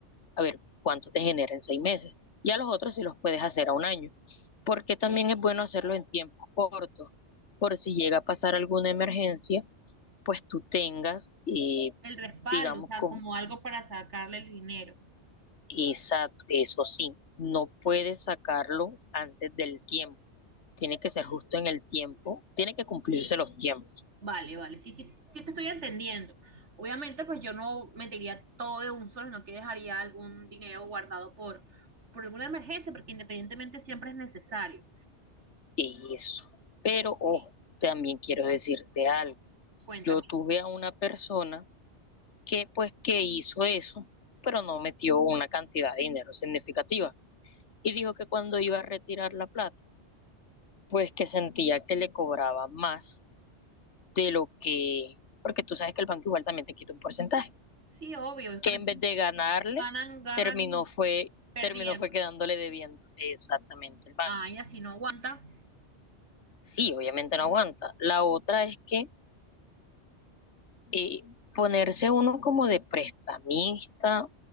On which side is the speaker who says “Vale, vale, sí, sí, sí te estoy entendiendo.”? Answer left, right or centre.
Right